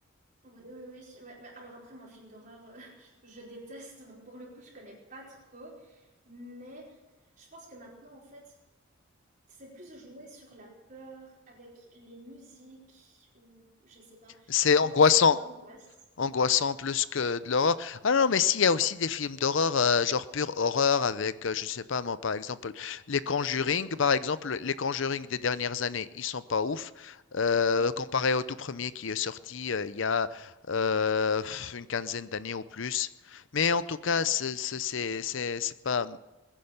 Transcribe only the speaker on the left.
C'est
angoissant,
angoissant
plus que de l'horreur. Ah non, mais s'il y a aussi des films d'horreur, euh, genre pure horreur avec, euh, je sais pas moi, par exemple, les Conjuring, par exemple, les Conjuring des dernières années, ils sont pas ouf, euh,
comparé au tout premier qui est sorti euh, il y a euh, une quinzaine d'années ou plus. Mais en tout cas,
c'est c'est- c'est- c'est- c'est pas.